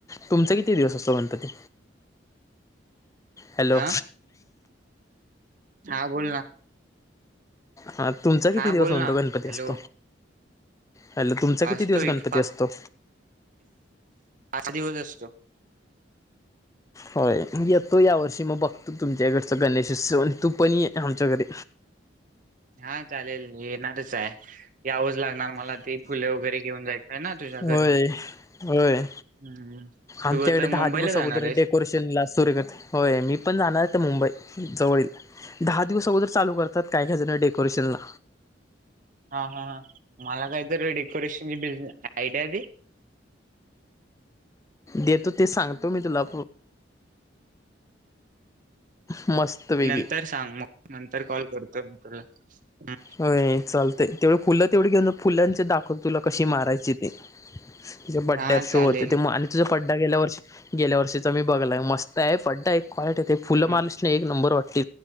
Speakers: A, on the left; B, on the right.
A: तुमचा किती दिवस असतो गणपती हॅलो
B: हा हा बोल ना
A: हा तुमचा किती
B: हा
A: दिवस
B: बोल
A: म्हणतो
B: ना
A: गणपती
B: हॅलो
A: असतो हॅलो तुमचा किती
B: असतो
A: दिवस
B: एक
A: गणपती असतो
B: आठ दिवस असतो
A: होय येतो या वर्षी मग बघतो तुमच्याकडचा गणेशोत्सव आणि तू पण आहे आमच्या घरी
B: हा चालेल येणारच आहे यावंच लागणार मला ते फुले वगैरे घेऊन जायचंय ना तुझ्या
A: होय
B: घरून
A: होय होय.
B: हम्म तू
A: आमच्याकडे
B: आता मुंबईला
A: दहा दिवस
B: जाणार
A: अगोदर
B: आहेस
A: डेकोरेशन ला सुरू करत होय मी पण जाणारते मुंबई जवळील दहा दिवस अगोदर चालू करतात काय काय जण डेकोरेशनला
B: हा हा ह मला काहीत डेकोरेशनची बिझने आयडिया दे
A: देतो ते सांगतो मी तुला मस्त वेगळी
B: नंतर सांग मग नंतर कॉल करतो मी तुला ह
A: होय चालतंय तेवढी फुलं तेवढी घेऊन फुलांचे दाखवत तुला कशी मारायची ते तुझे बड्डेअर
B: हा
A: शो
B: चालेल
A: होते ते आणि तुझ पड्डा गेल्या वर्ष गेल्या वर्षीचा मी बगला आहे मत आहे बड्डा एक कॉलिटी आहे ते फुलं
B: हम्म.
A: मार्श नाही एक नंबर वाटत